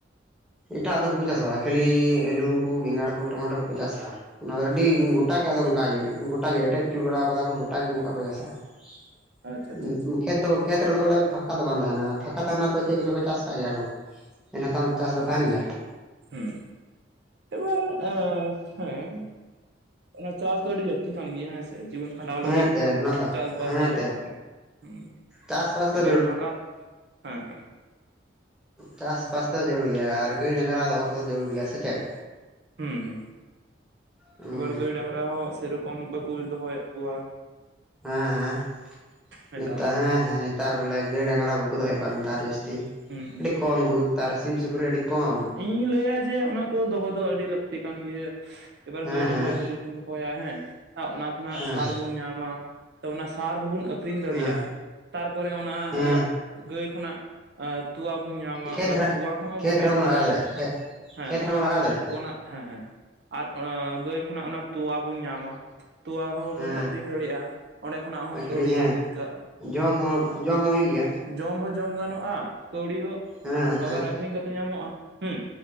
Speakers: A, in the centre; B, on the right.
A: ᱮᱴᱟᱜ ᱟᱜ ᱫᱚ ᱵᱟᱠᱚ ᱪᱟᱥ ᱵᱟᱲᱟ ᱠᱷᱟᱹᱞᱤ ᱟᱹᱞᱩ ᱠᱩ ᱵᱮᱸᱜᱟᱲ ᱠᱚ ᱴᱟᱢᱟᱴᱳᱨ ᱠᱚ ᱪᱟᱥᱟ ᱾ ᱚᱱᱟ ᱫᱚ ᱟᱹᱰᱤ ᱜᱚᱴᱟ ᱜᱮ ᱟᱫᱚ ᱚᱝᱠᱟ ᱜᱮ ᱜᱚᱴᱟ ᱜᱮ ᱮᱴᱮᱫ ᱪᱚ ᱵᱟᱲᱟ ᱠᱟᱫᱟ ᱠᱚ ᱜᱚᱴᱟᱜ ᱜᱮ ᱚᱝᱠᱟ ᱠᱚ ᱪᱟᱥᱟ ᱾
B: ᱟᱪᱪᱷᱟ ᱟᱪᱪᱷᱟ ᱟᱪᱪᱷᱟ
A: ᱩᱸ ᱠᱷᱮᱛ ᱫᱚ ᱠᱷᱮᱛ ᱨᱮᱫᱚ ᱵᱚᱞᱮ ᱯᱷᱟᱸᱠᱟ ᱫᱚ ᱵᱟᱝ ᱛᱟᱦᱮᱱᱟ, ᱯᱷᱟᱸᱠᱟ ᱛᱟᱦᱮᱱᱟ ᱛᱚ ᱪᱮᱫ ᱠᱚᱪᱚ ᱠᱚ ᱪᱟᱥ ᱠᱟᱜ ᱜᱮᱭᱟ ᱠᱚ ᱾ ᱮᱱᱟᱛᱟᱝ ᱪᱟᱥ ᱫᱚ ᱛᱟᱦᱮᱱ ᱜᱮᱭᱟ ᱾
B: ᱦᱩᱸ ᱮᱵᱟᱨ ᱟᱸ ᱦᱮᱸ ᱚᱱᱟ ᱪᱟᱥ ᱫᱚ ᱟᱹᱰᱤ ᱞᱟᱹᱠᱛᱤ ᱠᱟᱱ ᱜᱮᱭᱟ ᱦᱮᱸᱥᱮ ᱡᱤᱵᱚᱱ ᱠᱷᱟᱸᱰᱟᱣ
A: ᱦᱩᱸ
B: ᱞᱟᱹᱜᱤᱫ
A: ᱦᱮᱸᱛᱮ ᱚᱱᱟ ᱫᱚ
B: ᱪᱟᱥᱵᱟᱥ
A: ᱦᱮᱸᱛᱮ
B: ᱫᱚ ᱦᱮᱸ
A: ᱪᱟᱥᱵᱟᱥ ᱫᱚ
B: ᱮᱵᱟᱨ ᱯᱷᱟᱠᱟ, ᱦᱮᱸ ᱦᱮᱸ ᱾
A: ᱪᱟᱥ ᱵᱟᱥ ᱫᱚ ᱡᱟᱹᱨᱩᱲ ᱜᱮᱭᱟ, ᱟᱨ ᱜᱟᱹᱭ ᱰᱟᱝᱨᱟ ᱫᱚᱦᱚ ᱠᱚᱫᱚ ᱡᱟᱹᱨᱩᱲ ᱜᱮᱭᱟ ᱥᱮ ᱪᱮᱜ?
B: ᱦᱩᱸ ᱦᱩᱸ
A: ᱦᱩᱸ
B: ᱮᱵᱟᱨ ᱜᱟᱹᱭ ᱰᱟᱝᱨᱟ ᱦᱚᱸ ᱥᱮᱨᱚᱠᱚᱢ ᱵᱟᱠᱚ ᱫᱚᱦᱚᱭᱮᱜ ᱠᱚᱣᱟ ᱾
A: ᱦᱮᱸ ᱦᱮᱸ,
B: ᱱᱮᱛᱟᱨ
A: ᱱᱤᱛᱟ
B: ᱢᱟ
A: ᱦᱮᱸ ᱦᱮᱸ ᱛᱟᱨ ᱵᱚᱞᱮ ᱜᱟᱹᱭ ᱰᱟᱝᱨᱟ ᱵᱟᱠᱚ ᱫᱚᱦᱚᱭᱮᱜ ᱠᱚᱣᱟ ᱱᱮᱛᱟᱨ ᱡᱟᱹᱥᱛᱤ ᱾
B: ᱦᱩᱸ ᱦᱩᱸ
A: ᱟᱹᱰᱤ ᱠᱚᱢ <unintelligible> ᱥᱤᱢ ᱥᱩᱠᱨᱤ ᱟᱹᱰᱤ ᱠᱚᱢ ᱾
B: ᱤᱧᱟᱹᱧ ᱞᱟᱹᱭᱟ ᱡᱮ ᱚᱱᱟ ᱠᱚ ᱫᱚᱦᱚ ᱫᱚ ᱟᱹᱰᱤ ᱞᱟᱹᱠᱛᱤ ᱠᱟᱱ ᱜᱮᱭᱟᱹ ᱾ ᱮᱵᱟᱨ
A: ᱦᱮᱸ
B: ᱜᱟᱹᱭ ᱰᱟᱝᱨᱟ
A: ᱦᱮᱸ
B: ᱡᱩᱫᱤ ᱵᱚᱱ ᱫᱚᱦᱚᱭᱟ ᱦᱮᱸ ᱚᱱᱟ ᱠᱷᱚᱱᱟᱜ
A: ᱦᱮᱸ
B: ᱥᱟᱨ ᱵᱚᱱ ᱧᱟᱢᱟ ᱾ ᱛᱚ ᱚᱱᱟ ᱥᱟᱨ ᱦᱚᱸᱵᱚᱱ ᱟᱹᱷᱨᱤᱧ ᱫᱟᱲᱮᱭᱟᱜ-ᱟ,
A: ᱦᱮᱸ
B: ᱛᱟᱨᱯᱚᱨᱮ ᱚᱱᱟ
A: ᱦᱮᱸ
B: ᱜᱟᱹᱭ ᱠᱷᱚᱱᱟᱜ ᱟ ᱛᱚᱣᱟ ᱵᱚᱱ ᱧᱟᱢᱟ
A: ᱠᱷᱮᱛ
B: ᱚᱱᱟ
A: ᱨᱮ
B: ᱛᱚᱣᱟ ᱦᱚᱸ
A: ᱠᱷᱮᱛ
B: ᱵᱷᱟᱜᱤ
A: ᱨᱮᱦᱚᱸᱢ ᱞᱟᱜᱟᱣ
B: ᱦᱮᱸ
A: ᱫᱟᱲᱮᱭᱟᱜᱼᱟ ᱠᱷᱮᱛ
B: ᱦᱮᱸ
A: ᱠᱷᱮᱛ
B: ᱚᱱᱟ
A: ᱨᱮᱦᱚᱸᱢ ᱞᱟᱜᱟᱣ
B: ᱠᱷᱚ
A: ᱫᱟᱲᱮᱭᱟᱜᱼᱟ
B: ᱚᱱᱟ ᱦᱮᱸ ᱦᱮᱸ᱾ ᱟᱨ ᱚᱱᱟ ᱜᱟᱹᱭ ᱠᱷᱚᱱᱟᱜ ᱚᱱᱟ ᱛᱚᱣᱟ ᱵᱚᱱ ᱧᱟᱢᱟ᱾ ᱛᱳᱣᱟ ᱦᱚᱸᱵᱚᱱ
A: ᱦᱮᱸ
B: ᱟᱹᱷᱨᱤᱧ ᱫᱟᱹᱲᱤᱜ-ᱟ ᱚᱸᱰᱮ ᱠᱷᱚᱱᱟᱜ ᱦᱚᱸ
A: ᱟᱹᱠᱷᱨᱤᱧ
B: ᱠᱟᱹᱣᱰᱤ
A: ᱦᱮᱸ
B: ᱤᱱᱠᱟᱜ-ᱟ᱾
A: ᱡᱚᱢ ᱦᱚᱸ ᱡᱚᱢ ᱦᱚᱸ ᱦᱩᱭᱩᱜ ᱜᱮᱭᱟ᱾
B: ᱡᱚᱢ ᱦᱚᱸ ᱡᱚᱢ ᱜᱟᱱᱚᱜ-ᱟ, ᱠᱟᱹᱣᱲᱤ ᱦᱚᱸ
A: ᱦᱮᱸ
B: ᱟᱵᱟᱨ
A: ᱦᱮᱸ
B: ᱟᱹᱠᱷᱨᱤᱧ ᱠᱟᱛᱮ ᱧᱟᱢᱚ-ᱟ᱾ ᱦᱩᱸ᱾